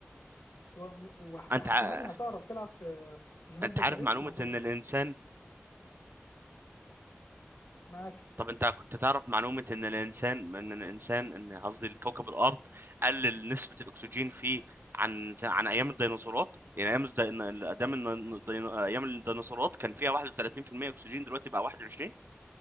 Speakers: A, on the left; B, on the right.
A: و- وهت-
B: انت
A: هت-
B: ع...
A: هل هتعرف تلعب في في جينات
B: انت
A: بشريه
B: عارف معلومة
A: ما اظنش
B: ان الانسان
A: معاك
B: طب انت كنت تعرف معلومة ان الانسان ان الانسان ان قصدي كوكب الارض قلل نسبة الاكسجين فيه عن عن ايام الديناصورات يعني ايام الد- ايام الدين- ايام الديناصورات كان فيها 31% اكسجين دلوقتي بقى 21